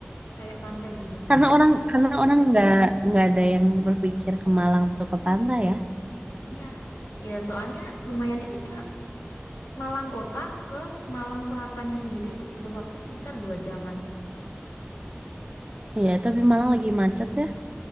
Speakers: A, on the left (about 70°); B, on the right (about 25°).
A: kayak pantai di Jogja
B: Karena
A: gitu.
B: orang karena orang nggak nggak ada yang berpikir ke Malang atau ke pantai ya.
A: Iya, ya soalnya lumayan itu sih Kak. Malang kota ke Malang Selatannya sendiri tuh butuh waktu sekitar dua jaman.
B: Iya, tapi Malang lagi macet ya.